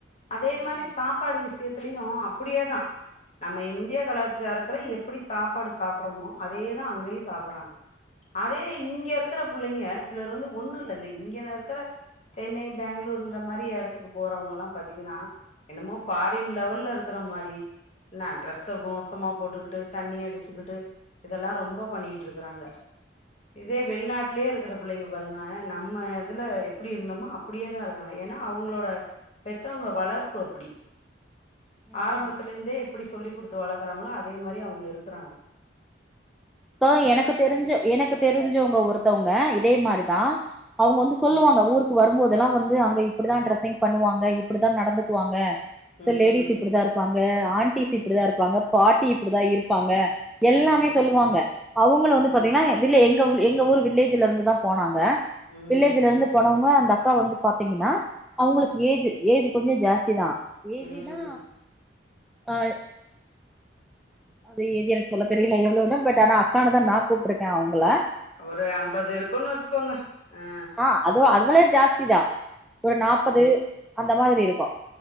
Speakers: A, on the left; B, in the centre.
A: அதே மாரி
B: ம்
A: சாப்பாடு விஷயத் திலயு அப்டியே தா நம்ம இந்திய கலா சேரத்துல எப்படி சாப்பாடு சாப்படுறோமோ அதேதா அங்கயு சாப்பறாங்க அதே இங்க இருக்கிற புள்ளைங்க சிலர் வந்து ஒண்ணு இல்ல இங்கன இருக்கற சென்னை பேங்களூர் இந்த மாரி எடத்துக்கு போறவங்கல்லா பாத்தீங்கன்னா என்னமோ ஃபாரின் லெவல்ல இருக்கற மாரி என்ன டிரஸ்ஸ மோஸ் ஷமா போட்டுக்கிட்டு தண்ணி அடிச்சுக்கிட்டு இதெல்லா ரொம்ப பண்ணிட்டு இருக்கறாங்க இதே வெளிநாட்லயே இருக்கற பிள்ளைங்க பாருங்களே நம்ம இதுல எப்படி இருந்தோமோ அப்டியேதா இருக்காங்க ஏன்னா அவங்களோட பெத்தவங்க வளர்ப்பு அப்பிடி
B: ம்
A: ஆரம்பத்துல இருந்தே இப்டி சொல்லி குடுத்து வள க்குறாங்களோ அதே மாரி அவங்க இருக்குறாங்க
B: அ எனக்கு தெரிஞ்ச எனக்கு தெரிஞ்சவங்க ஒருத்தவங்க இதே மாரிதா அவங்க வந்து
A: ம்
B: சொல்லுவாங்க ஊருக்கு வரும்போது இதெல்லா வந்து அங்க இப்படிதா ட்ரெஸ்ஸிங் பண்ணுவாங்க இப்படிதா நடந்துக்குவாங்க
A: ம்
B: சோ லேடிஸ் இப்படிதா இருப்பாங்க ஆன்டிஸ் இப்படிதா
A: ம்
B: இருப்பாங்க பாட்டி இப்படிதா இருப்பாங்க எல்லாமே
A: ம்
B: சொல்லுவாங்க அவுங்களு வந்து
A: ம்
B: பாத்தீங்ன்னா வில்லே எங்க ஊ எங்க ஊரு வில்லேஜ்ல இருந்து தா போனாங்க
A: ம்
B: வில்லேஜ்ல இருந்து போனவங்க அந்த அக்கா வந்து பாத்தீங்கின்னா அவுங்களுக் ஏஜ் ஏஜ்ஜு கொஞ்சோ ஜாஸ்தி தா ஏஜீ
A: ம்
B: நா அ அது ஏஜி எனக்கு சொல்ல தெரியல எவ்ளோனு பட் ஆனா அக்கானு தா நா கூப்ட்டுருக்கே அவுங்கள
A: ஒரு அம்பது இருக்கோனு வச்சுக்கோங்க அ
B: ஆ அது அதுவளே ஜாஸ்தி தா ஒரு நாப்பது அந்த மாதிரி இருக்கு